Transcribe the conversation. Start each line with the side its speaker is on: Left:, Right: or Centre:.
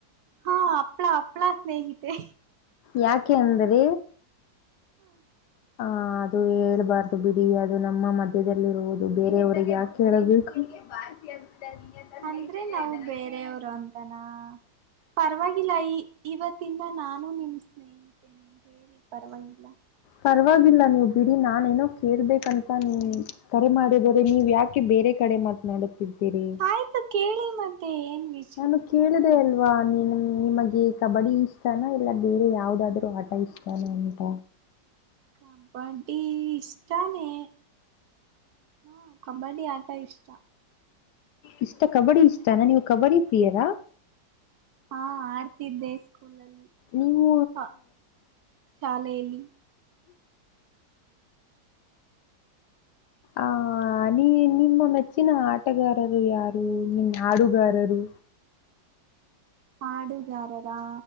Right: ಹಾ ಹಪ್ಲ ಹಪ್ಲ ಸ್ನೇಹಿತೆ.
Left: ಯಾಕೆ ಅಂದ್ರೆ.
Right: ಹ್ಮ್
Left: ಹಾ ಅದು ಹೇಳ್ಬಾರ್ದು ಬಿಡಿ ಅದು ನಮ್ಮ ಮಧ್ಯದಲ್ಲಿರುವುದು ಬೇರೆಯವ್ರಿಗೆ ಯಾಕೆ ಹೇಳಬೇಕು ಬಾಾಸಿ ಅಂತ ಎಂತ ಸಿಗೇನೆ
Right: ಅಂದ್ರೆ ನಾವು ಬೇರೆಯವರು <inaudible> ಪರವಾಗಿಲ್ಲ ಈ ಇವತ್ತಿಂದ ನಾನು ನಿಮ್ ಸ್ನೇಹಿತೇನೆ ಹೇಳಿ ಪರವಾಗಿಲ್ಲ
Left: ಪರವಾಗಿಲ್ಲ ನೀವು ಬಿಡಿ ನಾನ ಏನೋ ಕೇರ್ಬೇಕಂತ ನೀ ಕರೆ ಮಾಡಿದರೆ ನೀವ್ ಯಾಕೆ ಬೇರೆ ಕಡೆ ಮಾತನಾಡುತ್ತಿದ್ದೀರಿ
Right: ಆಯ್ತಾ ಕೇಳಿ ಮತ್ತೆ ಏನ್ ವಿಷ
Left: ನಾನು ಕೇಳಿದೆ ಅಲ್ಲ ವಾ ನಿಮಗೆ ಕಬಡ್ಡಿ ಇಷ್ಟತಾನ ಇಲ್ಲ ಬೇರೆ ಯಾವ್ದಾದ್ರು ಆಟ ಇಷ್ಟತಾನ ಅಂತ
Right: ಕಪಟಿ ಇಷ್ಟಾನೆ ಹಾ ಕಬಡ್ಡಿ ಆಟ ಇಷ್ಟ
Left: ಇಷ್ಟ ಕಬಡ್ಡಿ ಇಷ್ಟ ಅನಾ ನೀವು ಕಬಡ್ಡಿ ಪ್ರಿಯರಾ
Right: ಹಾ ಆಡ್ತಿದ್ದೆ ಸ್ಕೂಲ್ ಅಲ್ಲಿ
Left: ನೀವು
Right: ಹಾ ಶಾಲೆಯಲ್ಲಿ
Left: ಆ ನೀ ನಿಮ್ಮ ಮೆಚ್ಚಿನ ಆಟಗಾರರು ಯಾರು ನಿನ್ ಹಾಡುಗಾರರು
Right: ಹಾಡುಗಾರರಾ